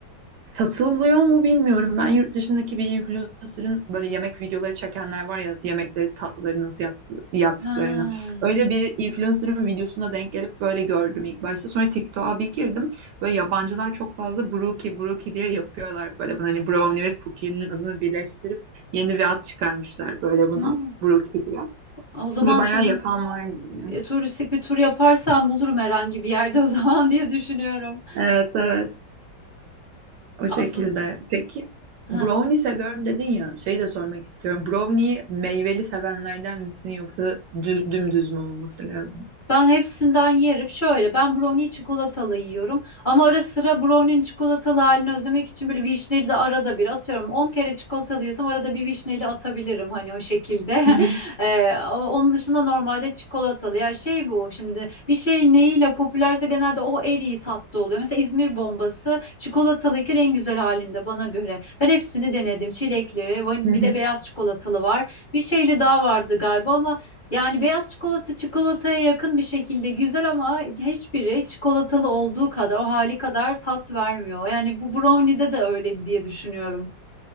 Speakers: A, on the right; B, on the left.
A: Satılıyor mu bilmiyorum. Ben yurt dışındaki bir influencer'ın böyle yemek videoları çekenler var ya yemekleri tatlıları nasıl yap- yaptıklarını.
B: Ha,
A: Öyle bir influencer'ın videosuna denk gelip böyle gördüm ilk başta. Sonra TikTok'a bir girdim. Böyle yabancılar çok fazla brookie brookie diye yapıyorlar böyle. Hani brownie ve cookie'nin adını birleştirip yeni bir ad çıkarmışlar böyle buna.
B: ne?
A: Brookie diye.
B: O zaman
A: Ve bayağı
B: tu
A: yapan var yani.
B: e, turistik bir tur yaparsam bulurum herhangi bir yerde o zaman <laughs> diye düşünüyorum.
A: Evet evet o
B: Aslında
A: şekilde. Peki
B: ha.
A: brownie seviyorum dedin ya şeyi de sormak istiyorum. Brownie'yi meyveli sevenlerden misin yoksa düz, dümdüz mü olması lazım?
B: Ben hepsinden yerim. Şöyle ben brownie çikolatalı yiyorum. Ama ara sıra brownie'nin çikolatalı halini özlemek için böyle vişneli de arada bir atıyorum. 10 kere çikolatalı yiyorsam arada bir vişneli atabilirim hani o şekilde.
A: Hı hı.
B: <laughs> Ee, o- onun dışında normalde çikolatalı. Ya şey bu şimdi bir şey neyiyle popülerse genelde o en iyi tatlı oluyor. Mesela İzmir bombası çikolatalıyken en güzel halinde bana göre. Ben hepsini denedim. Çilekli, van-
A: Hı
B: bir
A: hı.
B: de beyaz çikolatalı var. Bir şeyli daha vardı galiba ama yani beyaz çikolata çikolataya yakın bir şekilde güzel ama hiçbiri çikolatalı olduğu kadar, o hali kadar tat vermiyor. Yani bu brownie'de de öyle diye düşünüyorum.